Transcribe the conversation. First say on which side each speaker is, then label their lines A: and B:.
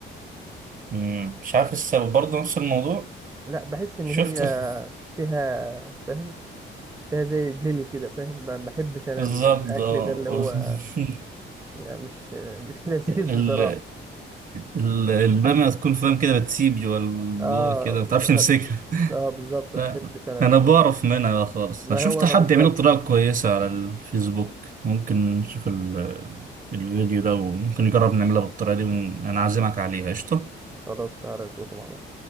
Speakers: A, on the right (about 45°); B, on the right (about 15°).
A: مم، مش عارف إيه السبب برضه نفس الموضوع
B: لا بحس ان
A: شفت
B: هي
A: <laughs>
B: فيها فاهم فيها زي جيلي كده فاهم ما ما بحبش انا
A: بالظبط
B: ال- الاكل
A: آه.
B: ده اللي هو
A: <laughs>
B: يعني مش مش <laughs> لذيذ
A: ال...
B: بصراحه
A: ال... البامية تكون فاهم كده بتسيب جوا البوق
B: اه
A: كده ما تعرفش تمسكها
B: اه بالظبط
A: لا
B: ما بحبش انا
A: انا
B: ال-
A: بعرف منها بقى خالص
B: ما
A: انا شفت
B: هو انا
A: حد
B: بالظبط
A: يعمله بطريقة كويسة على الفيسبوك ممكن نشوف ال... الفيديو ده وممكن نجرب نعملها بالطريقة دي ون- انا عازمك عليها قشطة
B: خلاص تعالى نشوفه مع بعض